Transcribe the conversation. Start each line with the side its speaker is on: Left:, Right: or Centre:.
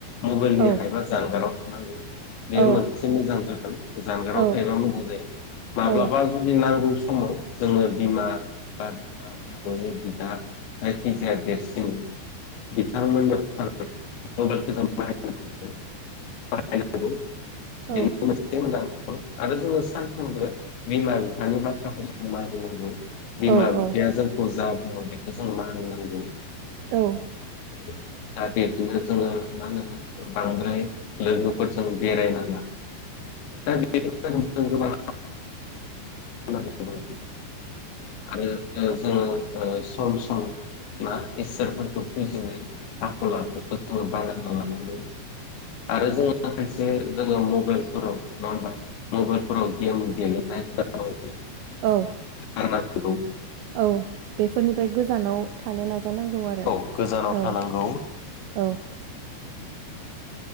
Left: मबाइलनि
Right: औ
Left: हायबा जानगाराव थानांगो बेयाव
Right: औ
Left: मोनसे मोजां जागोन जानगाराव
Right: औ
Left: थायोबा मोजां जायो माब्लाबा
Right: औ
Left: जुदि नांगौ स समाव जोङो बिमा बा आ आबौनि बिदा जायखिजाया देरसिन बिथांमोननो थाखाय म'बाइलखो जों बाहायनांगौ। एम बाहायनांगौ
Right: औ
Left: बेखौबो सेम होनदो आं ओ आरो जोङो सानफ्रोमबो बिमा बिफानि बाथ्राखौ जों मानिनांगौ। बिमा
Right: औ
Left: बिफाया जोंखौ जा बुङो बेखो जों मानिनांगौ।
Right: औ
Left: उम दा बेखोनो जोङो मा होनो ओ बांद्राय लोगोफोरजों बेरायनाङा दा बेनिखायनो <unintelligible> जों गोबां <unintelligible> आरो ओ जोङो ओ सम सम ना इसोरफोरखौ फुजिनाय आखल आखुखौ जोङो बायराल खालामनांगौ। आरो जोंनि थाखायसो जोङो मबेलफोराव नङा होमबा मबेलफोराव गेम गेलेनाय हुदा
Right: औ
Left: <unintelligible> नंगौ।
Right: औ बेफोरनिफ्राय गोजानाव थानो नाज जानांगौ आरो
Left: औ गोजानाव
Right: औ
Left: थानांगौ
Right: औ